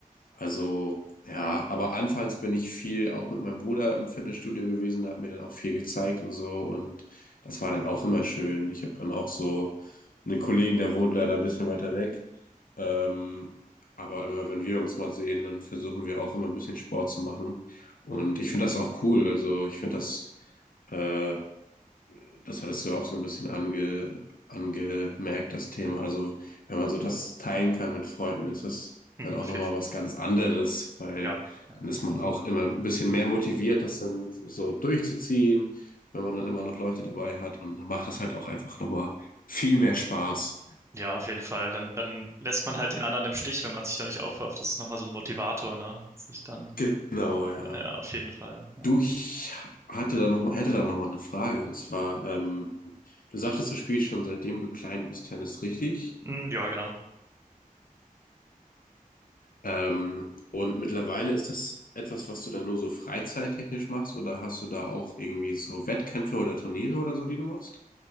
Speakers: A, on the left; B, on the right.
A: also ja, aber anfangs bin ich viel auch mit meinem Bruder im Fitnessstudio gewesen, der hat mir dann auch viel gezeigt und so und das war dann auch immer schön. Ich habe dann auch so einen Kollegen, der wohnt leider ein bisschen weiter weg, ähm, aber immer wenn wir uns mal sehen, dann versuchen wir auch immer ein bisschen Sport zu machen und ich finde das auch cool. Also ich finde das äh, das hattest du auch so ein bisschen ange, angemerkt, das Thema. Also, wenn man so das teilen kann mit Freunden, ist das
B: Mhm.
A: dann auch
B: Auf
A: nochmal
B: jeden Fall.
A: was ganz anderes, weil
B: Ja. Ja,
A: dann ist man auch immer ein bisschen mehr motiviert, das dann so durchzuziehen, wenn man dann immer noch Leute dabei hat. Und dann macht das halt auch einfach nochmal viel mehr Spaß.
B: Ja, auf jeden Fall. Dann, dann lässt man halt den anderen im Stich, wenn man sich da nicht aufrafft. Das ist nochmal so ein Motivator, ne? Sich dann,
A: Genau, ja.
B: äh, ja, auf jeden Fall. Ja,
A: Du, ich hatte da noch mal, hätte da nochmal eine Frage. Und zwar, ähm, du sagtest, du spielst schon seitdem du klein bist Tennis, richtig?
B: Mm, ja genau.
A: Ähm, und mittlerweile ist das etwas, was du dann nur so freizeittechnisch machst oder hast du da auch irgendwie so Wettkämpfe oder Turniere oder so, die du machst?